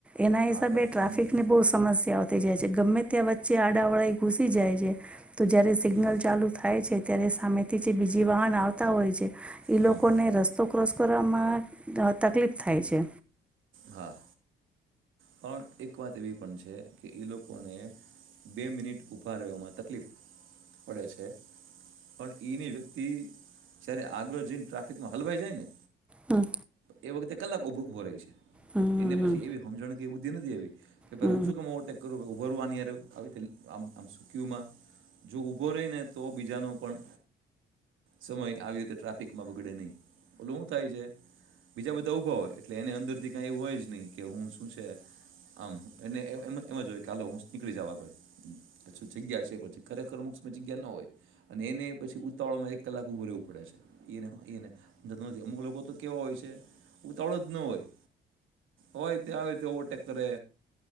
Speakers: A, in the centre; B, on the right (about 80°).
A: એના હિસાબે
B: આ પણ
A: ટ્રાફિકની બહુ સમસ્યાઓ થઈ જાય છે ગમે તે ત્યાં વચ્ચે આડા વળા ઘુસી જાય છે. તો જયારે સિગ્નલ
B: હમ હમ
A: ચાલુ થાય છે. અત્યારે સામેથી જે બીજી વાહન આવતા હોય છે ઈ
B: હમ
A: લોકોને રસ્ તો ક્રોસ કરવામાં તકલીફ થાય છે.
B: હા પણ એક વાત એવી પણ છે કે એ લોકોને બે મિનિટ ઊભા રહેવામાં તકલીફ પડે છે. પણ ઈની ઈ વ્યક્તિ જયારે આગળ જઈને ટ્રાફિકમાં હલવાઈ જાય ને
A: હમ્મ.
B: એ વખતે કલાક ભો ઉભો રેય છે.
A: હમ
B: એને પછી એવી હમજણ કે બૂધી નથી આવી. કે ભાઈ
A: હમ હમ
B: હું શું કામ ઓટેક કરુ ભો આની હાથે આવી રીતે આમ આમ સુકય્યુંમાં જો ઊભો રહી ને તો બીજાનો પણ સમય આવતે ટ્રાફિકમાં બગડે નહીં. ઓલ્યુ હું થાય છે બીજા બધા ઊભા હોય એટલે એને અંદરથી એને એવું હોય જ નહી કે હું શું છે આમ એને એ એમ એમ જ કાલે હુંશ નીકળી જાવ આગળ. પછી જગ્યા છે પછી ખરેખર મોક્ષમી જગ્યા ના હોય. અને એને પછી ઉતાવળમાં એક કલાક ઉભું રેવું પડે છે એ એને એ એને હમજાતું નથી. અમુક લોકો તો કેવા હોય છે ઉતાવળો જ ન હોય હોય તે આવી રીતે ઓવરટેક કરે,